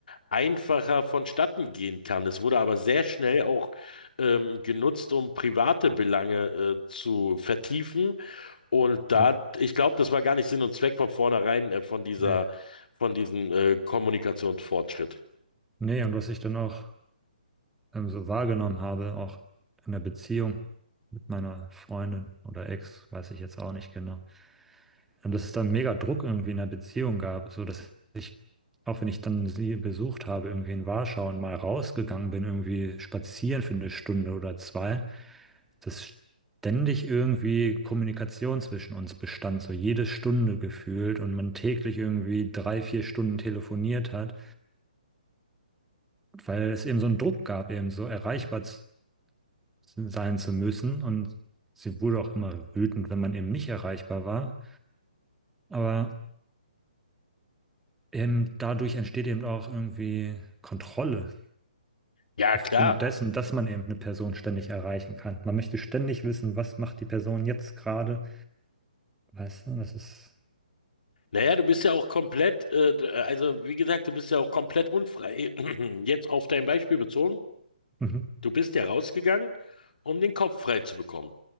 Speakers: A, on the left (about 70°); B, in the centre.
A: einfacher vonstatten gehen kann. Es wurde aber sehr schnell auch ähm, genutzt, um private Belange äh, zu vertiefen und da,
B: ja.
A: ich glaube, das war gar nicht Sinn und Zweck von vornherein äh, von dieser,
B: Nee.
A: von diesem äh, Kommunikationsfortschritt.
B: Nee, und was ich dann auch ähm, so wahrgenommen habe, auch in der Beziehung mit meiner Freundin oder Ex, weiß ich jetzt auch nicht genau, Und dass es dann mega Druck irgendwie in der Beziehung gab, so dass ich, auch wenn ich dann sie besucht habe, irgendwie in Warschau und mal rausgegangen bin, irgendwie spazieren für eine Stunde oder zwei, dass ständig irgendwie Kommunikation zwischen uns bestand, so jede Stunde gefühlt und man täglich irgendwie drei, vier Stunden telefoniert hat, weil es eben so einen Druck gab, eben so erreichbar z- sein zu müssen und sie wurde auch immer wütend, wenn man eben nicht erreichbar war. Aber Ähm, dadurch entsteht eben auch irgendwie Kontrolle
A: Ja,
B: aufgrund
A: klar.
B: dessen, dass man eben eine Person ständig erreichen kann. Man möchte ständig wissen, was macht die Person jetzt gerade. Weißt du, das ist.
A: Naja, du bist ja auch komplett, äh, d- äh, also wie gesagt, du bist ja auch komplett unfrei. <clears throat> Jetzt auf dein Beispiel bezogen,
B: Mhm.
A: du bist ja rausgegangen, um den Kopf frei zu bekommen.